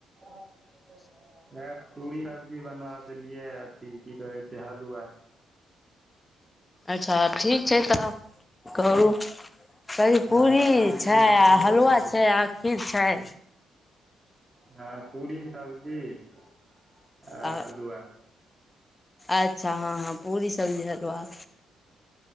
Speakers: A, on the right; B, on the left.
A: <unintelligible> वए पूड़ी सब्जी बनवा देलियै अथी की कहै छै हलुआ
B: अच्छा ठीक छै त हम करू कही
A: भंडारा
B: पूरी
A: मे तऽ
B: छै
A: इएह
B: आ
A: सब हेबे
B: हलुआ
A: करै
B: छै आ खीर छै
A: हँ पूरी सब्जी आ
B: आ
A: हलुआ <unintelligible>
B: अच्छा हँ हँ पूरी सब्जी हलुआ